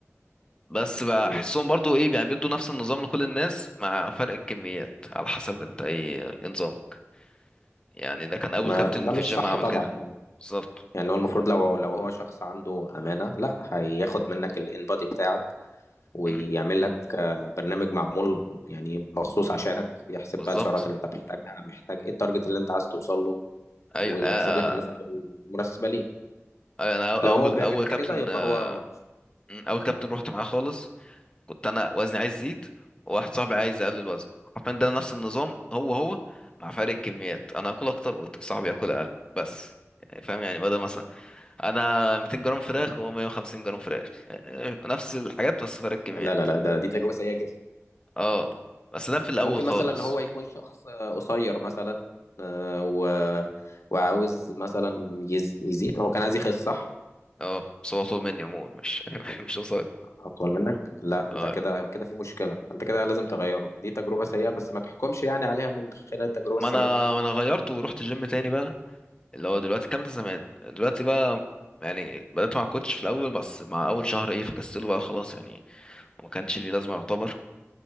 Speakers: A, on the left; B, on the left.
A: بس بحسهم
B: امم
A: برضو ايه يعني بيدوا نفس النظام لكل الناس مع فرق الكميات على حسب انت ايه إيه نظامك يعني ده كان
B: ما
A: اول كابتن
B: ده
A: في
B: مش
A: الجيم
B: صح
A: عمل
B: طبعا
A: كده بالظبط
B: يعني هو المفروض لو لو هو شخص عنده أمانة لا هياخد منك الانبادي بتاعك ويعمل
A: مم،
B: لك آه، برنامج معمول يعني مخصوص عشانك يحسب
A: بالظبط
B: بقى السعرات اللي انت محتاجها محتاج ايه التارجت اللي انت عايز توصل له
A: ايوه
B: ويحسب
A: آه،
B: لك النسب
A: آه،
B: المناسبة ليك
A: آه، انا
B: لو
A: اول
B: هو ما بيعملش
A: اول كابتن
B: كده يبقى
A: آه،
B: هو وحش
A: مم، اول كابتن رحت معاه خالص كنت انا وزني عايز يزيد وواحد صاحبي عايز يقلل وزنه حرفيا ده نفس النظام هو هو مع فرق الكميات انا اكل اكتر وصاحبي ياكل اقل بس يعني فاهم يعني بدل مثلا انا 200 جرام فراخ وهو 150 جرام فراخ يعني نفس الحاجات بس فرق الكميات
B: لا لا لا ده دي تجربة سيئة جدا
A: اه بس ده في الاول
B: ممكن
A: خالص
B: مثلا هو يكون شخص آه، قصير مثلا آه، و... وعاوز مثلا يز... يزيد هو كان عايز يخس صح
A: اه بس هو طول مني عموما مش <laughs> مش قصير
B: اطول منك لا
A: اه
B: ده كده كده في مشكله انت كده لازم تغيره دي تجربه سيئه بس ما تحكمش يعني عليها من خلال التجربه
A: ما
B: السيئه
A: انا
B: دي
A: ما انا غيرت ورحت جيم تاني بقى اللي هو دلوقتي الكلام ده زمان دلوقتي بقى يعني بدأت مع كوتش في الأول بس مع أول شهر إيه فكسله بقى خلاص يعني وما كانش ليه لازمة يعتبر